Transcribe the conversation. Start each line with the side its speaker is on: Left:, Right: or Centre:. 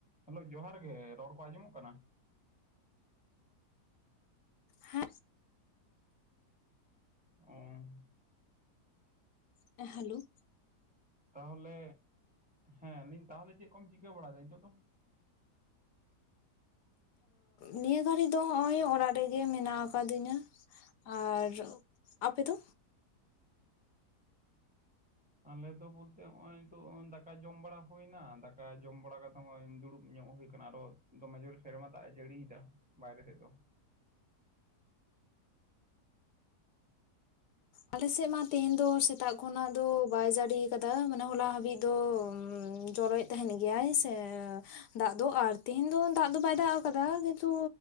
Centre: Hello ᱡᱚᱦᱟᱨ ᱜᱮ ᱨᱚᱲ ᱠᱚ ᱟᱸᱡᱚᱢᱚᱜ ᱠᱟᱱᱟ?
Left: ᱦᱮᱸ
Centre: ᱚᱸ
Left: ᱮᱸ ᱦᱮᱞᱳ
Centre: ᱛᱟᱦᱚᱞᱮ ᱦᱮᱸ ᱛᱟᱦᱚᱞᱮ ᱪᱮᱫ ᱠᱚᱢ ᱪᱤᱠᱟᱹ ᱵᱟᱲᱟᱭᱮᱫᱟ ᱱᱤᱛᱚᱜ ᱫᱚ?
Left: ᱱᱤᱭᱟᱹ ᱜᱷᱟᱹᱲᱤ ᱫᱚ ᱦᱚᱜ ᱚᱭ ᱚᱲᱟᱜ ᱨᱮᱜᱮ ᱢᱮᱱᱟᱜ ᱟᱠᱟᱫᱤᱧᱟ᱾ ᱟᱨ ᱟᱯᱮ ᱫᱚ?
Centre: ᱟᱞᱮ ᱫᱚ ᱵᱚᱞᱛᱮ ᱱᱚᱜᱼᱚᱭ ᱱᱤᱛᱚᱜ ᱫᱟᱠᱟ ᱡᱚᱢ ᱵᱟᱲᱟ ᱦᱩᱭᱱᱟ ᱫᱟᱠᱟ ᱡᱚᱢ ᱵᱟᱲᱟ ᱠᱟᱛᱮ ᱦᱚᱸᱜ-ᱚᱭ ᱫᱩᱲᱩᱵ ᱧᱚᱜ ᱦᱩᱭ ᱠᱟᱱᱟ ᱟᱨᱚ ᱫᱚᱢᱮ ᱡᱳᱨ ᱥᱮᱨᱢᱟ ᱫᱟᱜ ᱮ ᱡᱟᱹᱲᱤᱭᱮᱫᱟ ᱵᱟᱭᱨᱮ ᱥᱮᱫ ᱫᱚ᱾
Left: ᱟᱞᱮᱥᱮᱫ ᱢᱟ ᱛᱮᱦᱮᱧ ᱫᱚ ᱥᱮᱛᱟᱜ ᱠᱷᱚᱱᱟᱜ ᱫᱚ ᱵᱟᱭ ᱡᱟᱹᱲᱤ ᱟᱠᱟᱫᱟ ᱢᱟᱱᱮ ᱦᱚᱞᱟ ᱦᱟᱹᱵᱤᱡ ᱫᱚ ᱡᱚᱨᱚᱭᱮᱫ ᱛᱟᱦᱮᱸᱱ ᱜᱮᱭᱟᱭ ᱥᱮ ᱫᱟᱜ ᱫᱚ ᱟᱨ ᱛᱮᱦᱤᱧ ᱫᱚ ᱫᱟᱜ ᱫᱚ ᱵᱟᱭ ᱫᱟᱜ ᱟᱠᱟᱫᱟ ᱠᱤᱱᱛᱩ